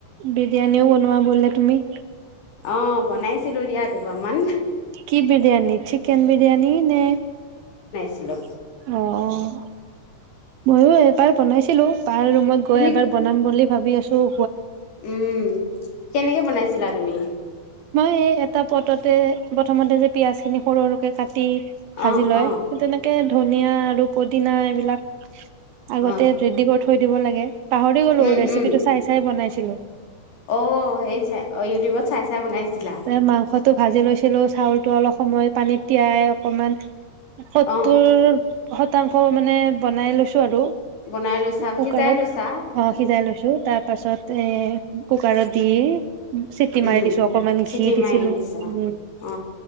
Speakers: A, on the right; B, on the left.
A: বিৰিয়ানিও বনোৱা বোলে তুমি?
B: অহ' বনাইছিলোঁ দিয়া দুবাৰ মান
A: কি বিৰিয়ানি চিকেন বিৰিয়ানী নে?
B: জিলা।
A: অহ' মইয়ো এবাৰ বনাইছিলোঁ। বাৰ ৰুমত
B: তুমি
A: গৈ এবাৰ বনাম বুলি। ভাবি আছোঁ।
B: উম, কেনেকে বনাইছিলা তুমি?
A: মই এই এটা পটতে প্ৰথমতে যে। পিঁয়াজ খিনি সৰু সৰুকে কাটি ভাজি
B: অ
A: লয়,
B: অ
A: সেই তেনেকে ধনিয়া আৰু পদিনা এইবিলাক আগতে
B: অ
A: ৰেডি কৰি থৈ দিব লাগে। পাহৰি গলো,
B: উম
A: ৰেচিপিটো
B: উম
A: চাই চাই বনাইছি দিলো।
B: অ', হেইত চাই, অ ইউটিউবত চাই চাই বনাইছিলা
A: তে মাংসত টো ভাজি লৈছিলো, চাউলটো অলপ সময় পানীত তিয়াই অকমান সেটো
B: অ
A: শতাংশ মানে বনাই লৈছোঁ আৰু।
B: বনাই লৈছা
A: কুকাৰত
B: সিজাই লৈছা
A: অ', সিজাই লৈছোঁ তাৰপাছতে কুকাৰত দিয়েই চিটি
B: উম
A: মাৰাই দিছোঁ। অকমান
B: চিটি
A: ঘি দিছিলোঁ,
B: মাৰি দিছা
A: উম।
B: অ